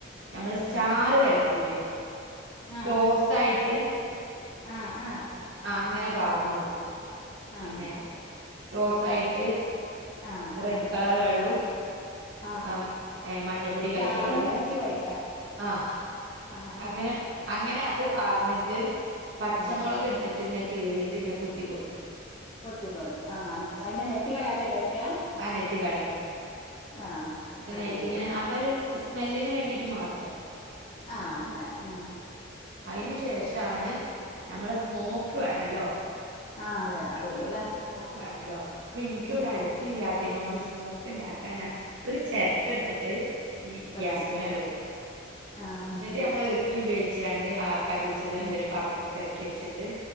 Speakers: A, on the right (about 75°); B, on the left (about 25°).
A: നമ്മള്
B: ഉം
A: ചാറ് വരക്കൂലേ
B: ആഹ്
A: ക്രോസ് ആയിട്ട് ന്ന്ട്ട്
B: ആഹ് ആഹ
A: ആ അങ്ങനെ പാർന്ന് കൊടുക്കും
B: ആഹ്
A: പിന്നെ ക്രോസ് ആയിട്ട്
B: ആഹ്
A: റെഡ്
B: ആഹ്
A: കളർ വെള്ളുവും
B: ആഹ്
A: അ ഏ മഞ്ഞപ്പൊടി
B: സ്റ്റാറും
A: കലക്കിയ വെള്ളവും
B: വരച്ച് പഠിക്കാം
A: ആഹ്
B: ആഹ്
A: അങ്ങനെ അങ്ങനെ അത് പാർന്നിട്ട് പച്ചമുളക്
B: ആഹ്
A: എടുത്ത് കീറിട്ട് ഇങ്ങനെ കുത്തി കൊടുക്കു
B: കൊത്തി കൊടുക്കും ആ അതിന്റെ നെട്ടി കളയാതല്ലെ വെക്കാ
A: ആ നെട്ടി കളയാതെ
B: ആഹ് കഴുകിട്ട്
A: അയ്ക്ക് ഇങ്ങനെ ആ ഒരു സ്മെല്ലിന് വേണ്ടിയിട്ട് മാത്രം
B: ആഹ അങ്ങനെ ആ
A: അയിന് ശേഷണ് നമ്മളെ സ്മോക്ക് വേണല്ലോ
B: ആഹ് അതെ
A: എന്തക്കൊരു
B: അതോണ്ടൂല്ലേ
A: സ്മോക്ക് വേണല്ലോ അപ്പൊ എനിക്കിവിടെ
B: ഉം
A: അടു ല്ലാത്തിനോട് സ്മോക്ക് ഇണ്ടാക്കാൻ ഞാൻ ഒരു ചെരട്ട എടുത്തിട്ട് ഈ
B: കത്തിക്കൂല്ലേ
A: ഗ്യാസിന്മേലങ്ങ്ട് വെക്കും
B: ആഹ്
A: എന്നിട്ട് നമ്മള് ഈർക്കി ഉപയോഗിച്ചാണ്ട് ആഹ് കത്തിച്ചത് നല്ലൊരു
B: ഉം
A: പാത്രത്തിക്ക് ഇറക്കി വെച്ചിട്ട്